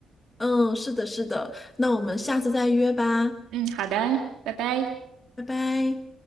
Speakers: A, on the left (about 20°); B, on the right (about 85°).
A: 嗯，是的是的，那我们下次再约吧，
B: 嗯，好的，拜拜。
A: 拜拜。